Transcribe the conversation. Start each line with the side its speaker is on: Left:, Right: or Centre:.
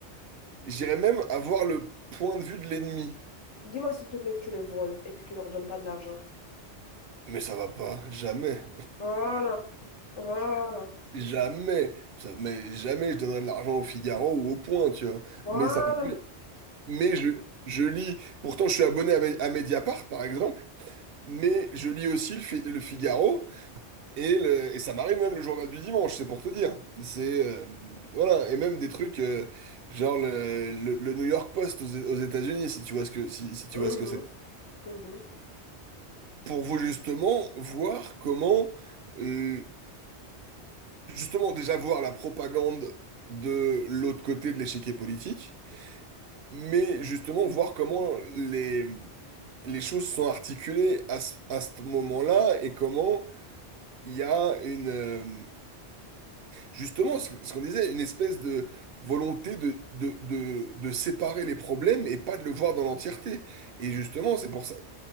Right: j'irais même avoir le point de vue de l'ennemi.
Left: Dis-moi s'il te plaît que tu les voles et que tu leur donnes pas de l'argent.
Right: Mais ça va pas, jamais.
Left: Voilà, voilà,
Right: Jamais, ça, mais jamais je donnerai de l'argent au Figaro ou au Point, tu vois.
Left: voilà.
Right: Mais ça, mais, mais je, je lis. Pourtant, je suis abonné à, Me- à Mediapart, par exemple, mais je lis aussi le, Fi- le Figaro Et, le- et ça m'arrive même le journal du dimanche, c'est pour te dire. C'est euh, voilà, et même des trucs euh, genre le, le- le New York Post aux, aux États-Unis, si tu vois ce que si, si tu
Left: Mhm,
Right: vois ce que c'est.
Left: mhm.
Right: Pour vous justement voir comment euh, justement déjà voir la propagande de l'autre côté de l'échiquier politique, mais justement voir comment les les choses sont articulées à ce, à ce moment-là et comment il y a une euh, Justement, ce ce qu'on disait, une espèce de volonté de, de, de, de séparer les problèmes et pas de le voir dans l'entièreté. Et justement, c'est pour ça.